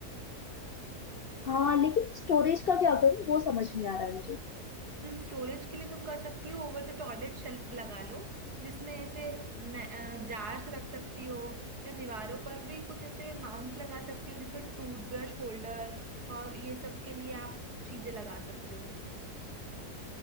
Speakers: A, on the left; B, on the right.
A: हाँ लेकिन स्टोरेज का क्या करूँ वो समझ नहीं आ रहा है मुझे
B: स्टोरेज के लिए तुम कर सकती हो ओवर द टॉयलेट शेल्फ लगा लो जिसमें ऐसे जार्स रख सकती हो या दीवारों पर भी कुछ ऐसे माउंट लगा सकती हो जिसमें टूथब्रश होल्डर और ये सब के लिए आप चीजें लगा सकते हो